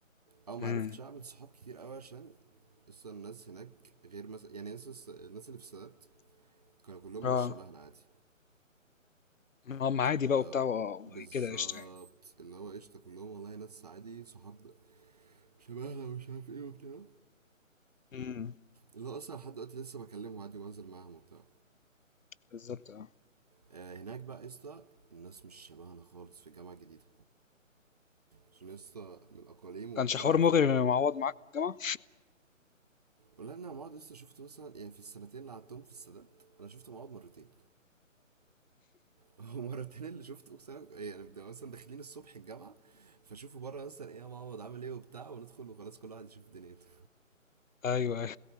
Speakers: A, on the right; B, on the left.
A: او ما
B: امم
A: عرفتش اعمل صحاب كتير قوي عشان اصلا الناس هناك غير مثلا يعني الناس الس- الناس اللي في السادات كانوا كلهم
B: اه
A: ناس شبهنا عادي
B: هم عادي
A: اللي
B: بقى وبتاع
A: هو
B: و-
A: بالظبط
B: كده قشطة يعني
A: اللي هو قشطة كلهم والله ناس عادي صحاب شبهنا ومش عارف ايه وبتاع
B: امم
A: اللي هو اصلا لحد دلوقتي لسه بكلمهم عادي وانزل معاهم وبتاع
B: بالظبط اه
A: آه، هناك بقى يا اسطى الناس مش شبهنا خالص في الجامعه الجديده عشان يا اسطى من الاقاليم وبتاع
B: كانش حوار مغري
A: فال
B: ان معوض معاك في الجامعة
A: ولا انا مواد لسه شفت مثلا يعني في السنتين اللي قعدتهم في السادات انا شفت مواد مرتين <laughs> ومرتين اللي شفته اقسم بالله- يعني بنبقى مثلا داخلين الصبح الجامعه فشوفوا بره مثلا ايه يا معوض عامل ايه وبتاع وندخل وخلاص كل واحد يشوف دنيته
B: ايوه ايوه